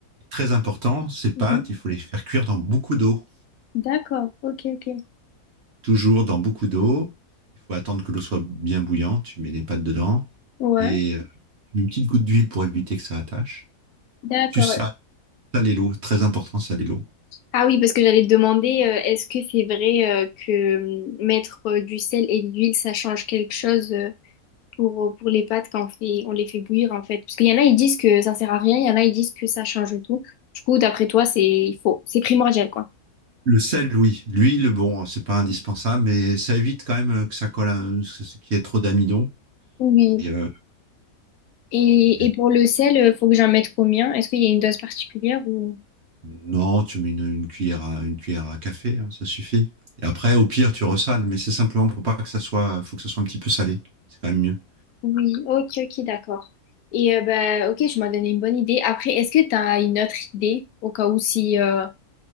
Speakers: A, on the right; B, on the left.
A: Très important, ces
B: Mhm.
A: pâtes, il faut les faire cuire dans beaucoup d'eau,
B: D'accord. Ok, ok.
A: toujours dans beaucoup d'eau. Il faut attendre que l'eau soit bien bouillante, tu mets les pâtes dedans
B: Ouais.
A: et euh, tu mets une petite goutte d'huile pour éviter que ça attache.
B: D'accord.
A: Tu sales, saler l'eau, très important, saler l'eau.
B: Ah oui, parce que j'allais te demander, euh, est-ce que c'est vrai euh, que hum, mettre euh, du sel et de l'huile, ça change quelque chose euh, pour, euh, pour les pâtes quand on fait, on les fait bouillir en fait? Parce qu'il y en a, ils disent que ça sert à rien, il y en a, ils disent que ça change tout. Du coup, d'après toi, c'est il faut, c'est primordial quoi.
A: Le sel, oui. L'huile, bon, c'est pas indispensable, mais ça évite quand même euh, que ça colle, à- ce ce qu'il y ait trop d'amidon.
B: Oui.
A: Et, euh,
B: Et,
A: et-
B: et pour le sel, euh, faut que j'en mette combien? Est-ce qu'il y a une dose particulière ou...
A: non, tu mets une, une cuillère à, une cuillère à café, hein, ça suffit. Et après, au pire, tu ressales, mais c'est simplement pour pas que ça soit, faut que ça soit un petit peu salé. C'est quand même mieux.
B: Oui, ok, ok, d'accord. Et euh, ben, ok, je m'as donné une bonne idée. Après, est-ce que tu as une autre idée au cas où si euh,